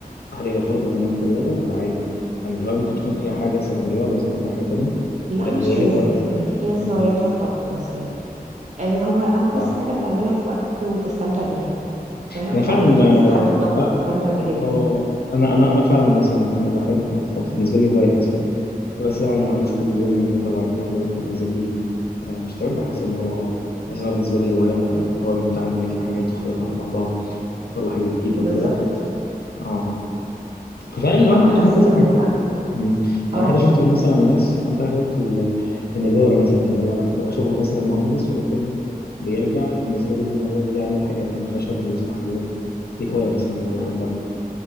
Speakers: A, on the left; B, on the right.
A: هل هي مرتبطه مثلا إنها تكون رياضه ولا عادي يعني الهوايه ممكن تكون اي حاجه سواء رياضه سواء اي حاجه تانيه
B: لا
A: يعني
B: مش
A: هي ايه
B: لازم
A: الهوايه
B: يعني
A: اصلا
B: عادي في ناس
A: مم.
B: هواياتها الطبخ مثلا آه، هو هو بس
A: صح
B: حاجة بتعملها في وقت وتستمتع بيها فاهم
A: انا
B: فعادي
A: فعلا
B: في
A: آه
B: ناس بتحب الطبخ وتستمتع بيه جدا
A: آه، انا انا انا فعلا مثلا انا بحب الطبخ بالنسبه لي هوايه مثلا بس طبعا ما بعملوش كل يوم يعني ببقى بعمله كده ببقى مزاجي آه، مش تمام بحس ان هو اه بحس ان هو بالنسبه لي هوايه هوايه ممتعه ان انا اجيب حاجات واخلطها على بعضها اطلع حاجه جديده
B: بالظبط
A: وكده اه ففعلا الهوايه
B: فبحس
A: ممكن تكون كذا
B: انه
A: حاجه
B: لا
A: مم. يعني
B: اه
A: حتى شفت مثلا ناس عندها هوايه ال- النجاره مثلا اللي هو لا هو شغله مثلا مهندس ولكن بيرجع بالنسبه له ان هو يعمل حاجات من خشب ويصنع حاجات دي هوايه مثلا هو بيحبها